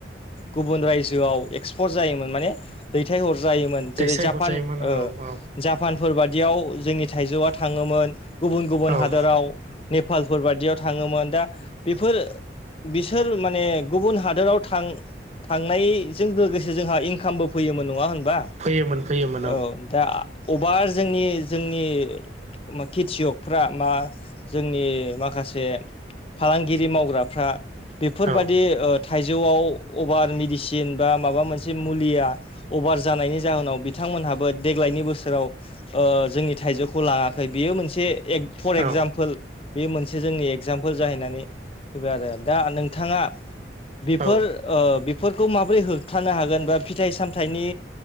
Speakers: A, on the left; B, on the right.
A: गुबुन रायजोआव एक्सपर्ट जायोमोन माने दैथायहरजायोमोन
B: दैथायहरजायोमोन
A: जेरै जापान
B: औ औ
A: जापानफोर बादियाव जोंनि थाइजौआ थाङोमोन गुबुन गुबुन
B: औ
A: हादराव नेपालफोर बायदियाव थाङोमोन दा बेफोर बिसोर माने गुबुन हादोराव थां थांनायजों लोगोसे जोंहा इनकामबो फैयोमोन नङा होनबा
B: फैयोमोन फैयोमोन
A: औ दा अभार जोंनि जोंनि खेथियकफ्रा मा जोंनि माखासे फालांगिरि मावग्राफ्रा बेफोरबादि
B: औ
A: थाइजौआव अभार मेडिसिन बा माबा मोनसे मुलिया अभार जानायनि जाहोनाव बिथांमोनहाबो देग्लायनि बोसोराव जोंनि थाइजौखौ लाङाखै बियो मोनसे फर
B: औ
A: एगजामपोल बे मोनसे जोंनि एगजामपोल जाहैनानै फैबाय आरो दा नोंथाङा बेफोर
B: औ
A: बेफोरखौ माबोरै होबथानो हागोन बा फिथाइ सामथाइनि